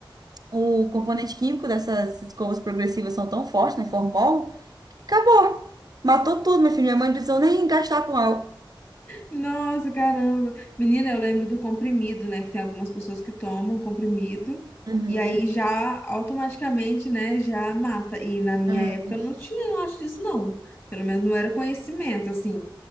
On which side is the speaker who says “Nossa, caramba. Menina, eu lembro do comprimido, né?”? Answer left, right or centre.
Left